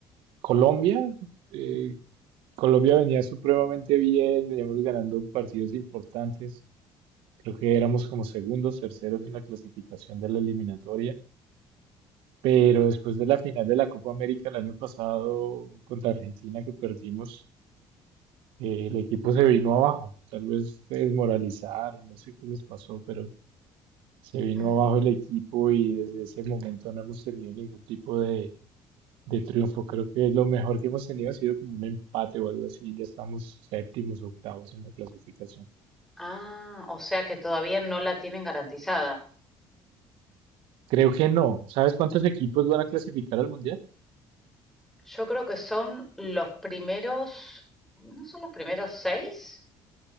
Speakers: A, on the right; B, in the centre.
A: Colombia, eh, Colombia venía supremamente bien, veníamos ganando partidos importantes, creo que éramos como segundos, terceros en la clasificación de la eliminatoria, pero después de la final de la Copa América el año pasado contra Argentina que perdimos, eh, el equipo se vino abajo. Tal vez se desmoralizaron, no sé qué les pasó, pero se vino
B: Mm.
A: abajo el equipo y desde ese momento no hemos tenido ningún tipo de, de triunfo. Creo que lo mejor que hemos tenido ha sido como un empate o algo así. Ya estamos séptimos, octavos en la clasificación.
B: Ah, o sea que todavía no la tienen garantizada.
A: Creo que no. ¿Sabes cuántos equipos van a clasificar al mundial?
B: Yo creo que son los primeros, ¿no son los primeros seis?